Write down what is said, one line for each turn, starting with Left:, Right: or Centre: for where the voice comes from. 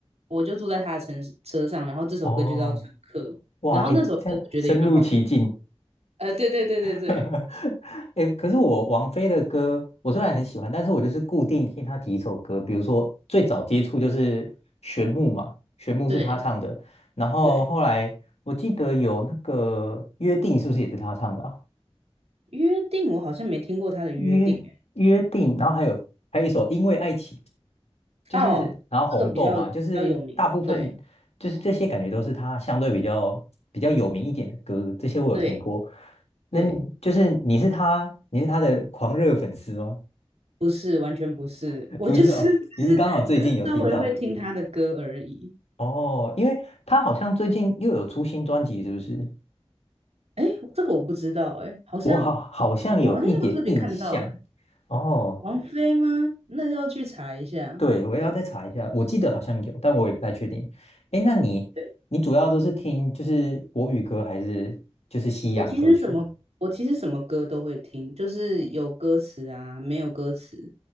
Right: 我就坐在他的车车上，然后这首歌就叫《乘客》，
Left: 哦，哇，
Right: 然后那首歌我觉得也蛮好听。
Left: 哎，这样深入其境。
Right: 呃，对对对对对，
Left: <laughs> 哎可是我王菲的歌，我虽然很喜欢，但是我就是固定听她几首歌，比如说最早接触就是《旋木》嘛，《旋木》是她唱的，
Right: 对
Left: 然后后来我记得有那个《约定》，
Right: 对，
Left: 是不是也是她唱的啊？
Right: 约定我好像没听过他的约定诶，
Left: 约约定，然后还有还有一首《因为爱情》就是，
Right: 哦，
Left: 然后红豆嘛，
Right: 这个比较比较有名，
Left: 就是大部分就是这些感觉都是他相对比较比较有名一点的歌，
Right: 对
Left: 这些我有听过。
Right: 对
Left: 那你就是你是他，
Right: 对，
Left: 你是他的狂热粉丝吗？
Right: 不是完全不是，
Left: <laughs>
Right: 我就是只是只是稍微会听他的歌而已。
Left: 不是哦，你是刚好最近有听到哦，因为他好像最近又有出新专辑，是不是？
Right: 哎，这个我不知道，哎，好像
Left: 我好好像有一点印象
Right: 好我好像没有特别看到，哎，
Left: 哦。
Right: 王菲吗？那要去查一下。
Left: 对，我也要再查一下，我记得好像有，但我也不太确定。哎，那你你主要都是听就是国语歌还是就是西洋歌曲？
Right: 对，我其实什么我其实什么歌都会听，就是有歌词啊，没有歌词，